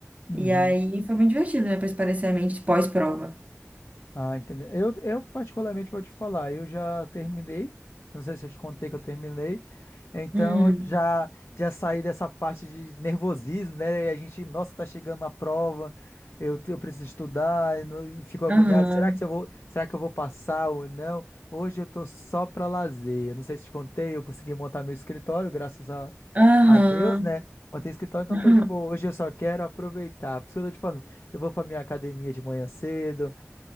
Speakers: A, on the left (about 55°); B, on the right (about 30°).
A: uhum.
B: E aí foi muito divertido, né? Pra espairecer a mente pós-prova.
A: Ah, entendeu? Eu, eu particularmente vou te falar, eu já terminei, não sei se eu te contei que eu terminei, então
B: Hum,
A: já já saí dessa parte de nervosismo, né? E A gente, nossa, tá chegando na prova, eu, te- eu preciso estudar, e, não- e fico agoniado,
B: aham,
A: será que eu vou, será que eu vou passar ou não? Hoje eu tô só pra lazer, eu não sei se te contei, eu consegui montar meu escritório, graças a,
B: aham,
A: a Deus, né? Montei escritório, então
B: <laughs> aham.
A: tô de boa, hoje eu só quero aproveitar, por isso que eu tô te falando, eu vou pra minha academia de manhã cedo,